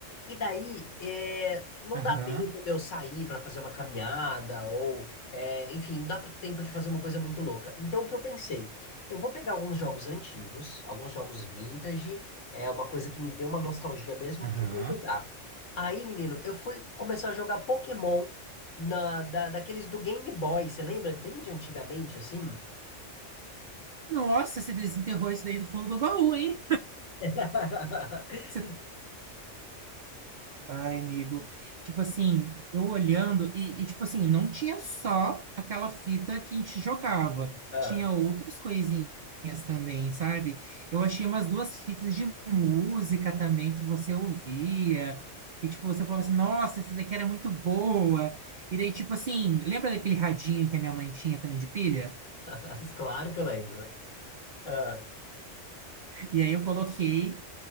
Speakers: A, on the left; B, on the right.
A: E daí, é, não
B: Aham,
A: dá tempo de eu sair para fazer uma caminhada, ou, é, enfim, não dá pra- tempo de fazer uma coisa muito louca. Então, o que eu pensei? Eu vou pegar alguns jogos antigos, alguns jogos vintage, é uma coisa que me deu uma nostalgia mesmo,
B: aham.
A: e vou jogar. Aí, menino, eu fui começar a jogar Pokémon na, da, daqueles do Game Boy, você lembra? Bem de antigamente, assim?
B: Nossa, você desenterrou isso daí do fundo do baú, hein?
A: <laughs>
B: Você- Ai, amigo. Tipo assim, eu olhando, e, e, tipo assim, não tinha só aquela fita que a gente jogava,
A: Ah,
B: tinha outras coisinhas também, sabe? Eu achei umas duas fitas de música também que você ouvia. E, tipo, você falava assim, nossa, essa daqui era muito boa. E daí, tipo assim, lembra daquele radinho que a minha mãe tinha também de pilha?
A: <laughs> claro que eu lembro. Ah,
B: E aí eu coloquei